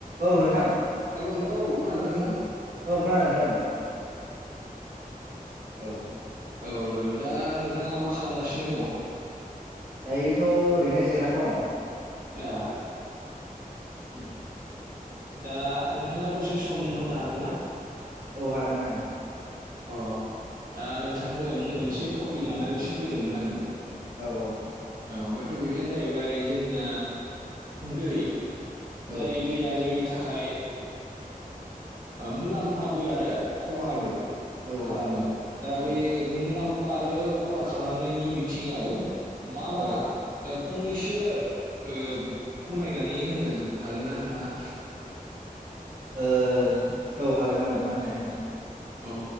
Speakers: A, on the right; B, on the right.
A: औ नोंथां
B: औ खोनादोंना नोंथां
A: औ खोनादों खोनादों औ
B: औ दा नोंथाङा मा खालामगासिनो दङ।
A: दायोथ' ओरैनो जिरनानै दङ
B: ए उ दा नोंथाङा दसे से सम होनो हागोन ना
A: औ हागोन हागोन
B: अ दा नोंथांजों मोनसे टपिक लानानैसो फैदोंमोन आङो
A: औ औ
B: औ बे टपिकआनो जाहैबाय जोंना दै
A: औ
B: जाय दैया जोंनि नि थाखाय मुलाम्फाबो आरो खहाबो
A: औ
B: खालामो दा बे
A: औ
B: मुलाम्फा बा आरो खहा खालामनायनि बिथ बिथिङाव माबा
A: औ ओ
B: ओ फंनैसो ओ फोरमाय नानै होनो हागोन ना नोंथाङा?
A: ओ औ हागोन हागोन मानो हाया जानो।
B: औ।